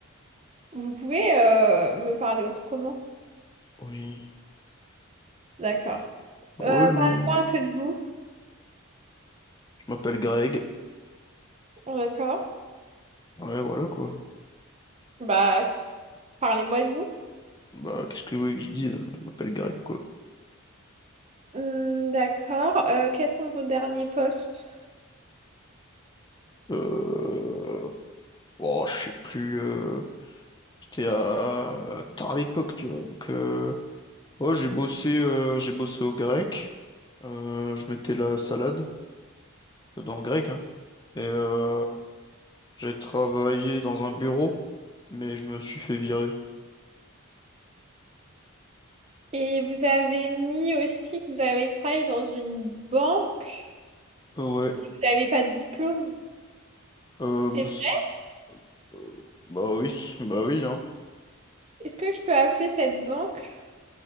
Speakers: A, on the right; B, on the left.
A: Vous pouvez euh, me parler autrement.
B: Oui.
A: D'accord. Euh,
B: Relou.
A: parlez-moi un peu de vous.
B: Je m'appelle Greg.
A: D'accord.
B: Ouais, voilà, quoi.
A: Bah, parlez-moi de vous.
B: Bah, qu'est-ce que vous voulez que je dise? Je m'appelle Greg, quoi.
A: Hmm, d'accord. Euh, quels sont vos derniers postes?
B: Euh... Oh, je sais plus. euh, C'était à tard à l'époque, tu vois. Donc, euh, ouais, j'ai bossé, euh, j'ai bossé au grec. Euh, je mettais la salade dans le grec, hein. Et euh, j'ai travaillé dans un bureau, mais je me suis fait virer.
A: Et vous avez mis aussi que vous avez travaillé dans une banque,
B: Ouais.
A: mais vous n'avez pas de diplôme.
B: Euh,
A: C'est
B: bs-
A: vrai.
B: euh, bah oui, <laughs> bah oui, hein.
A: Est-ce que je peux appeler cette banque?